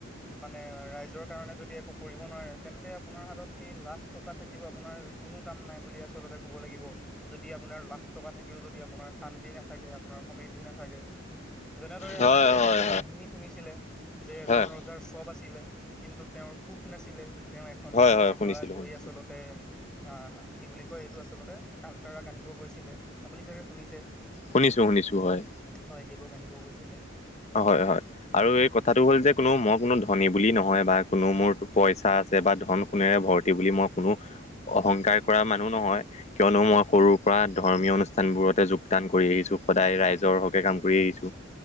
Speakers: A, in the centre; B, on the left.
A: মানে ৰাইজৰ কাৰণে যদি একো কৰিব নোৱাৰে, তেন্তে আপোনাৰ হাতত সেই লাখ টকা থাকিব আপোনাৰ কোনো কাম নাই। আচলতে ক'ব লাগিব। যদি আপোনাৰ লাখ টকা থাকিও যদি আপোনাৰ শান্তি নাথাকে আপোনাৰ সমৃদ্ধি নাথাকে যেনেদৰে
B: হয়
A: আপুনি চাগে
B: হয়
A: এটা কাহিনী শুনিছিলে যে, এজন
B: হয় হয়
A: ৰজাৰ চব আছিলে কিন্তু তেওঁৰ সুখ নাছিলে। তেওঁ এখন
B: হয়
A: গাঁৱৰ
B: হয় শুনিছিলো
A: পৰা গৈ
B: শুনিছিলো
A: আচলতে আহ অ কি বুলি কয় এইটো আচলতে কাণ্টাৰাক আনিব গৈছিলে আপুনি চাগে শুনিছে।
B: শুনিছো শুনিছো হয়
A: হয় দেৱক আনিব গৈছিলে।
B: হয় হয় আৰু এই কথাটো হ'ল যে কোনো মই কোনো ধ ধনী বুলি নহয় বা কোনো মোৰ পইচা আছে বা ধন সোনেৰে ভৰ্তি বুলি মই কোনো অহংকাৰ কৰা মানুহ নহয় কিয়নো মই
A: হয়
B: সৰুৰ পৰা ধৰ্মীয় অনুষ্ঠানবোৰতে যোগদান কৰি আহিছো সদায় ৰাইজৰ হকে কাম কৰি আহিছো।